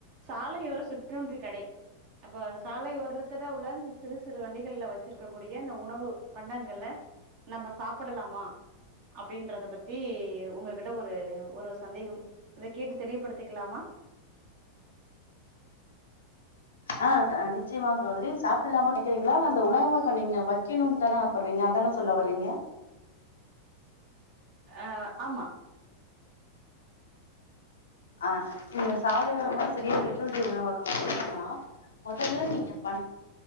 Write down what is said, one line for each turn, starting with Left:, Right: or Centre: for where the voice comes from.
Right: சாலையோர சுற்றுன்று கடை இப்ப சாலை ஓரலத்துல உள்ள சிறு சிறு வண்டிகள்ல வச்சிருக்க கூடிய இந்த உணவு பண்டங்கல நம்ம சாப்டலாமா அப்டின்றத பத்தி உங்ககிட்ட ஒரு ஒரு சந்தேகம் இத கேட்டு தெளிவுப்படுத்திக்கலாமா
Left: ஆ நிச்சயமா சகோதரி சாப்டலாமா நெனக்கிறீங்ளா இல்ல அந்த உணவக நீங்க வக்கணுனு தானே ஆ ச படிறீங்க அதான சொல்லவர்றீங்க
Right: ஆ ஆமா
Left: ஆ நீங்க சாலையோரமா சிறிய சிற்றுண்டி உணவகம் வக்கனுனா மொதல்ல நீங்க பண்